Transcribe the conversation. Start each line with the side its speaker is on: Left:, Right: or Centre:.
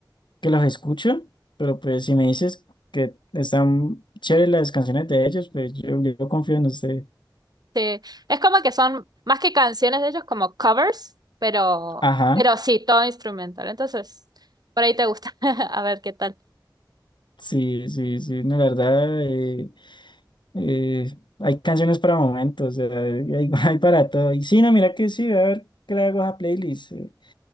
Left: que los escucho, pero pues si me dices que están chéveres las canciones de ellos, pues yo, yo confío en usted.
Right: Sí, es como que son más que canciones de ellos, como covers, pero,
Left: Ajá,
Right: pero sí, todo instrumental. Entonces, por ahí te gusta. <laughs> A ver qué tal.
Left: sí, sí, sí, no, la verdad, eh, eh, hay canciones para momentos, o sea, hay, <laughs> hay para todo. Y sí, no, mira que sí, a ver qué le hago a esa playlist. eh.